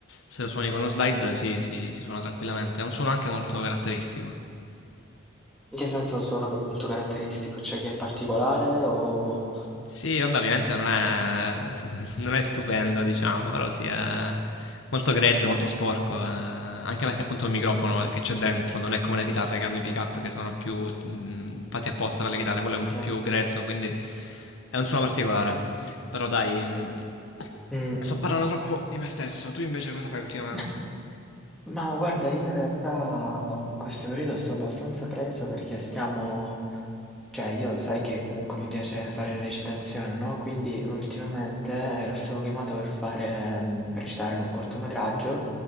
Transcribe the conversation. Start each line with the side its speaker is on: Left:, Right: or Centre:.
Left: se lo suoni con lo slide si, si- si suona tranquillamente. È un suono anche molto caratteristico.
Centre: In che senso un suono molto caratteristico? Cioè che è particolare o...
Left: Sì, vabbè, ovviamente non è, <laughs> non è stupendo, diciamo, però sì, è molto grezzo, molto sporco, eh, anche perché appunto il microfono che c'è dentro non è come le chitarre che hanno i pick-up che sono più mh, fatti apposta per le chitarre, quello
Centre: Ok.
Left: è un po' più grezzo, quindi è un suono particolare. Però dai, mh,
Centre: Mm.
Left: sto parlando troppo di me stesso, tu invece cosa fai ultimamente?
Centre: <laughs> Ma guarda, io in realtà in questo periodo sto abbastanza preso perché stiamo, cioè io sai che comunque mi piace fare recitazione, no? Quindi ultimamente ero stato chiamato per fare, mm, per recitare in un cortometraggio